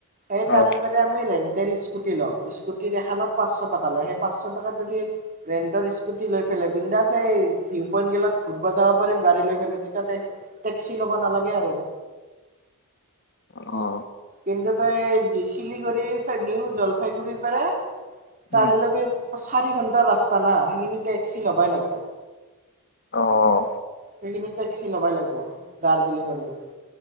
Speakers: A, on the right (about 40°); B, on the left (about 50°).
A: এই তাৰেপ
B: অ
A: আমি ৰেন তেল স্কুটি লওঁ স্কুটিৰ এখনাত পাঁচশ টকা লয় সেই পাঁচশ টকাতদি ৰেণ্টৰ স্কুটি লৈ পেলাই বিন্দাছে এই ভিউ পইণ্টগিলাক ঘূৰিব যাব পাৰিম গাড়ী লৈ পেলাই তেতিয়া টেক্সি ল'ব নালাগে আৰু
B: অঁ
A: কিন্তু তই শিলিগুৰি নিউ জলপাইগুৰি পৰাৰে
B: উম
A: তাৰে লগে চাৰি ঘন্টা ৰাস্তা না সেইখিনি টেক্সি ল'বাই লাগিব
B: অঁ
A: সেইখিনি টেক্সি লবাই লাগিব দাৰ্জিলিঙৰ লগে